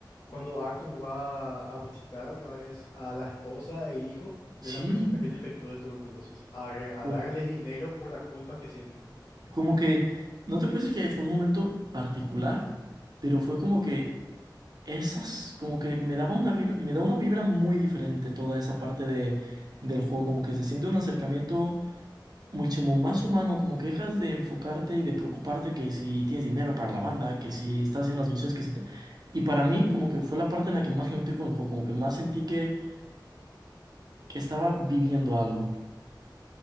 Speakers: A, on the left; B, on the right.
A: cuando Arthur va a visitar otra vez a la esposa e hijo de
B: sí,
A: la persona que le infectó de tuberculosis, a, re- a
B: justo.
A: darles dinero por la culpa que siente.
B: Como que, no te puedo decir que fue un momento particular, pero fue como que esas, como que me daba una vibra, me da una vibra muy diferente toda esa parte de, del juego, como que se siente un acercamiento muchísimo más humano, como que dejas de enfocarte y de preocuparte que si tienes dinero para la banda, que si estás haciendo las misiones, que si... ta- Y para mí como que fue la parte en la que más conecté con el juego, como que más sentí que, que estaba viviendo algo.